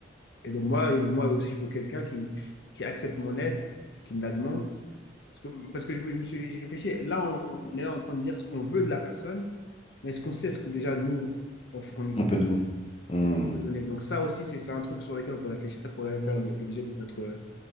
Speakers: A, on the left (about 60°); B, on the left (about 30°).
A: et donc moi, moi aussi, je veux quelqu'un qui, qui accepte mon aide, qui me la demande. Parce que, parce que je, me je me suis j'ai réfléchi. Là, on, on est là en train de dire ce qu'on veut de la personne, mais est-ce qu'on sait ce que déjà nous, on fournit,
B: On peut donner mm,
A: ce qu'on peut donner. Donc ça aussi, c'est c'est un truc sur lequel on peut réfléchir. Ça pourrait faire l'objet de notre,